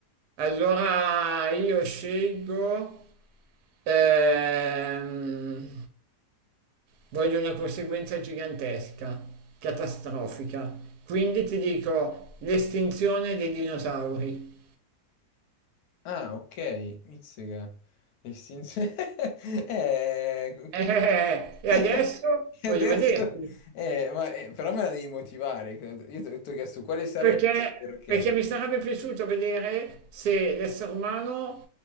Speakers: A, on the right; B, on the left.
A: Allora io scelgo, ehm, voglio una conseguenza gigantesca, catastrofica. Quindi ti dico l'estinzione dei dinosauri. <laughs>
B: Ah, ok, Mizzega. L'estinzione... <laughs> eh...
A: Eh, e
B: <laughs>
A: adesso
B: Adesso...
A: voglio vederti.
B: Eh, ma, eh, però me la devi motivare. Io ti ho chiesto quale sarebbe
A: Perché,
B: e perché.
A: perché mi sarebbe piaciuto vedere se l'essere umano